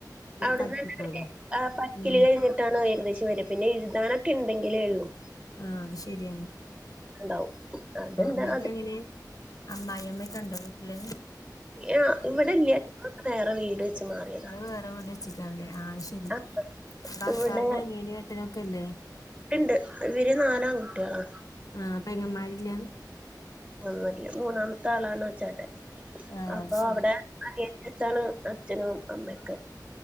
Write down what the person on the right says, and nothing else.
അവിടുന്ന്ന്നെ
പക്കിൽ
കഴിഞ്ഞു ഇട്ട ഏകദേശം വരെ പിന്നെ എഴുതാനൊക്കെ ഉണ്ടങ്കിലേ ഉള്ളൂ.
ഉണ്ടാവും അത്ണ്ട്
അത്
ആ ഇവിടെല്ല വേറെ വീട് വെച്ച് മാറിയതാ
ആഹ്
ഇവിടെ
ഇണ്ട് ഇണ്ട് ഇവര് നാലാംആൺ കുട്ടികളാ
<unintelligible> മൂന്നാമത്തെ ആളാണ് ചേട്ടൻ.
അപ്പൊ
അവിടെ <unintelligible> അച്ഛനും അമ്മയൊക്ക